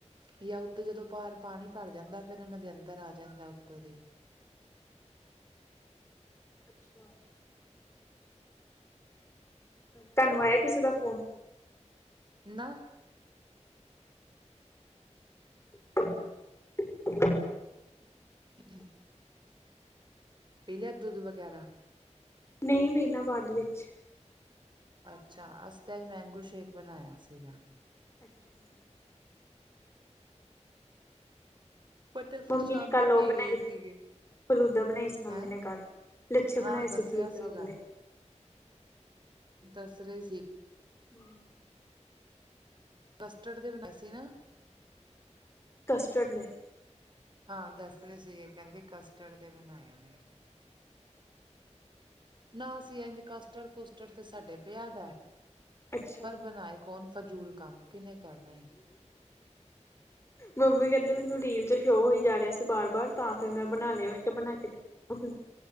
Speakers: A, on the right; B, on the left.
A: ਯਾਂ ਉੱਤੋਂ ਜਦੋਂ ਬਾਰ ਪਾਣੀ ਭਰ ਜਾਂਦਾ ਫਿਰ ਏਨਾਂ ਦੇ ਅੰਦਰ ਆ ਜਾਂਦਾ ਉੱਤੋਂ ਦੀ।
B: ਅੱਛਾ। ਤਾਂਨੂੰ ਆਇਆ ਕਿਸੇ ਦਾ ਫੋਨ?
A: ਨਾ।
B: <inaudible>
A: <inaudible> ਪੀਲਿਆ ਦੁੱਧ ਵਗੈਰਾ?
B: ਨਈ ਪੀਨਾ ਬਾਦ ਵਿੱਚ।
A: ਅੱਛਾ ਅਸੀ ਤੇ ਅੱਜ ਮੈਂਗੋ ਸ਼ੇਕ ਬਣਾਇਆ ਸੀਗਾ।
B: <inaudible>
A: ਬਟ ਅਸੀਂ
B: ਮੰਮੀ
A: ਸ਼ਾਮੀ
B: ਨੇ ਕੱਲ੍ਹ ਓ
A: ਪੀ
B: ਬਣਾਏ
A: ਗਏ ਸੀਗੇ
B: ਫਲੂਦਾ ਬਣਾਈ ਸੀ ਮੰਮੀ
A: ਹੈਂ
B: ਨੇ ਕੱਲ, ਲੱਛੇ
A: ਹਾਂ
B: ਬਣਾਏ
A: ਦੱਸਿਆ
B: ਸੀ ਫਲੂਦਾ
A: ਸੀਗਾ
B: ਵਾਲੇ।
A: ਦੱਸ ਰੇ ਸੀ
B: ਹੂੰ।
A: ਕਸਟਡ ਦੇ ਬਣਾਏ ਸੀ ਨਾ?
B: ਕਸਟਰਡ ਨੇ।
A: ਹਾਂ ਦੱਸ ਰੇ ਸੀਗੇ ਕੈਂਦੇ ਕਸਟਰਡ ਦੇ ਬਣਾਏ ਨੇ। ਨਾ ਅਸੀ ਇੰਜ ਕਸਟਰਡ-ਕੁਸਟਡ ਤੇ ਸਾਡੇ ਪਿਆ ਦਾ
B: ਅੱਛਾ
A: ਪਰ ਬਣਾਏ ਕੌਣ ਫਜੂਲ ਕੰਮ। ਕਿਹਨੇ ਕਰਨਾ ਹੀ
B: ਮੰਮੀ ਕੈਂਦੇ ਮੈਨੂੰ ਰੀਲ ਚ ਸ਼ੋਅ ਹੋਈ ਜਾ ਰਿਆ ਸੀ ਬਾਰ ਬਾਰ ਤਾਂ ਫਿਰ ਮੈਂ ਬਣਾ ਲਿਆ ਮੈਂ ਕਿਆ ਬਣਾ ਕੇ ਦੇ <unintelligible>